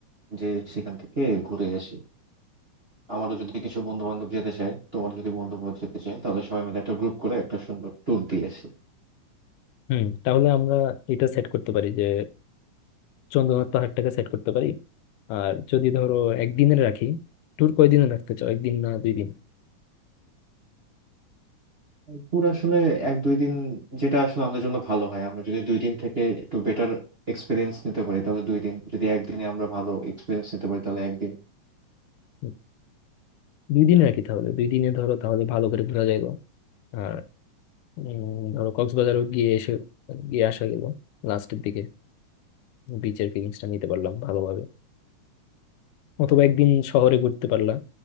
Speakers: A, on the right; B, on the left.
A: যে সেখান থেকে ঘুরে আসি আমারও যদি কিছু বন্ধু বান্ধব যেতে চায় তোমার যদি বন্ধু বান্ধব যেতে চায় তাহলে সবাই মিলে একটা গ্রুপ করে একটা সুন্দর ট্যুর দিয়ে আসি
B: হুম তাহলে আমরা এটা সেট করতে পারি যে চন্দ্রনাথ পাহাড়টাকে সেট করতে পারি আর যদি ধরো একদিনের রাখি ট্যুর কয়দিনে রাখতে চাও একদিন না দুই দিন
A: ট্যুর আসলে এক দুই দিন যেটা আসলে আমাদের জন্য ভালো হয় আমরা যদি দুই দিন থেকে একটু বেটার এক্সপিরিয়েন্স নিতে পারি তাহলে দুই দিন যদি একদিনে আমরা ভালো এক্সপিরিয়েন্স নিতে পারি তাহলে একদিন
B: হুম, দুই দিন রাখি তাহলে দুই দিনে ধরো তাহলে ভালো করে ঘোরা যাইল আর উম, ধরো কক্সবাজারও গিয়ে এসে গিয়ে আসা গেল লাস্টের দিকে বিচের ফিলিংসটা নিতে পারলাম ভালোভাবে অথবা একদিন শহরে ঘুরতে পারলাম